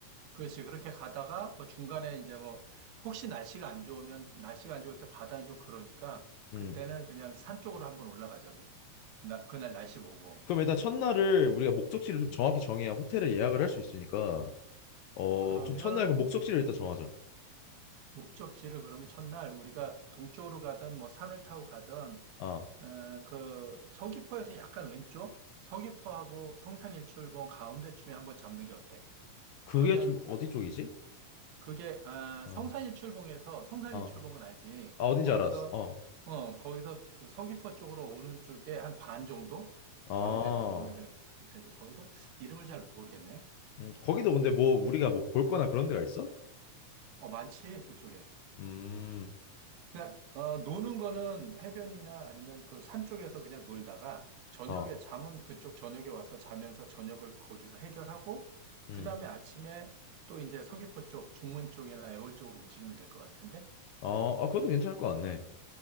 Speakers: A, on the right; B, on the left.
A: 그렇지. 그렇게 가다가 뭐 중간에 이제 뭐 혹시 날씨가 안 좋으면 날씨가 안 좋을 때 바다는 좀 그러니까
B: 어음음
A: 그때는 그냥 산 쪽으로 한번 올라가자고. 나, 그날 날씨 보고.
B: 그럼 일단 첫날을 우리가 목적지를 좀 정확히 정해야 호텔을 예약을 할 수 있으니까 어,
A: 그러면
B: 좀 첫날 그 목적지를 일단 정하자.
A: 목적지를 그러면 첫날 우리가 동쪽으로 가든 뭐 산을 타고 가든
B: 아,
A: 어, 그 서귀포에서 약간 왼쪽 서귀포하고 성산일출봉 가운데쯤에 한번 잡는 게 어때?
B: 그게
A: 그러면
B: 좀 어디 쪽이지?
A: 그게 아,
B: 어,
A: 성산일출봉에서 성산일출봉은
B: 어,
A: 알지?
B: 아, 어딘지
A: 거기서
B: 알았어. 어,
A: 어 거기서 그 서귀포 쪽으로 오는 쪽에 한 반 정도
B: 어,
A: 가운데 정도 오면 될, 될 텐데 거기가 이름을 잘 모르겠네.
B: 음, 거기도 근데 뭐 우리가 뭐 볼 거나 그런 데가 있어?
A: 어 많지 그쪽에.
B: 음,
A: 그러니까 어, 노는 거는 해변이나 아니면 그 산 쪽에서 그냥 놀다가 저녁에
B: 어,
A: 잠은 그쪽 저녁에 와서 자면서 저녁을 거기서 해결하고
B: 음,
A: 그다음에 아침에 또 이제 서귀포 쪽, 중문 쪽이나 애월 쪽으로 움직이면 될 것 같은데?
B: 어, 아, 그것도 괜찮을 것 같네.